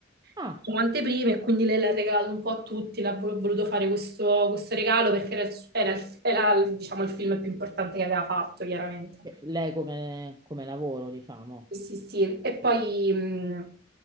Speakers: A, on the right; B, on the right.
A: Ah,
B: diciamo, anteprime, e quindi lei l'ha regalato un po' a tutti, l'ha vol- voluto fare questo, questo regalo perché era, il, era il- era il- diciamo, il film più importante che aveva fatto, chiaramente.
A: eh, lei come, come lavoro, diciamo.
B: Sì, sì, sì. E poi mh,